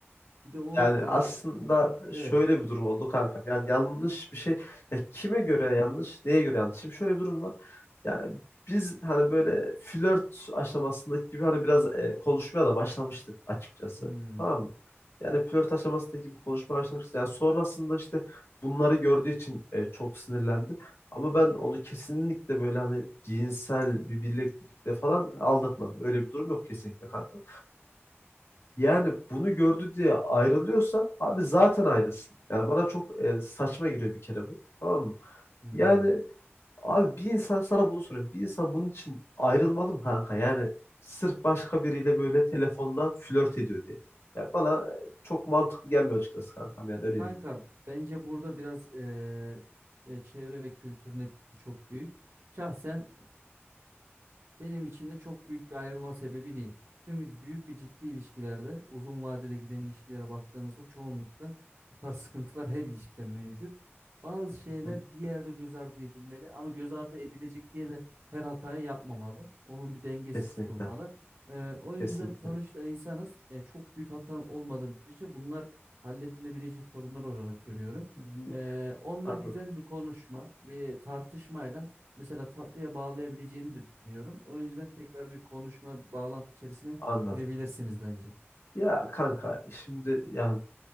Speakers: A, on the right; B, on the left.
A: Bir de o
B: Yani aslında
A: e, evet.
B: şöyle bir durum oldu kanka. Yani yanlış bir şey. Ya kime göre yanlış, neye göre yanlış? Şimdi şöyle bir durum var. Yani biz hani böyle flört aşamasındaki gibi hani biraz e, konuşmaya da başlamıştık açıkçası.
A: Hmm,
B: Tamam mı? Yani flört aşamasındaki gibi konuşmaya başlamıştık. Yani sonrasında işte bunları gördüğü için e, çok sinirlendi. Ama ben onu kesinlikle böyle hani cinsel bir birliktelikle falan aldatmadım. Öyle bir durum yok kesinlikle kanka. Yani bunu gördü diye ayrılıyorsa abi zaten ayrılsın. Yani bana çok e, saçma geliyor bir kere bu. Tamam mı?
A: hmm.
B: Yani abi bir insan sana bunu soruyor. Bir insan bunun için ayrılmalı mı kanka? Yani sırf başka biriyle böyle telefonda flört ediyor diye. Yani bana e, çok mantıklı gelmiyor açıkçası kankam. Yani öyle
A: Kanka
B: değil.
A: bence burada biraz eee, e, çevre ve kültürün etkisi çok büyük. Şahsen benim için de çok büyük bir ayrılma sebebi değil. Çünkü büyük ve ciddi ilişkilerde, uzun vadede giden ilişkilere baktığımızda çoğunlukla bu tarz sıkıntılar her ilişkide mevcut. Bazı şeyler
B: Hı.
A: bir yerde göz ardı edilmeli ama göz ardı edilecek diye de her hatayı yapmamalı. Onun bir dengesi
B: Kesinlikle.
A: tutulmalı. Ee, o yüzden
B: Kesinlikle.
A: sonuçta insanız. Ee, çok büyük hata olmadığı müddetçe bunlar halledilebilecek sorunlar olarak görüyorum.
B: İyi,
A: Ee, onunla
B: Anladım.
A: güzel bir konuşma, bir tartışmayla mesela tatlıya bağlayabileceğini de düşünüyorum. O yüzden tekrar bir konuşma bağlantı içerisine
B: Anladım.
A: girebilirsiniz bence.
B: Ya kanka şimdi yani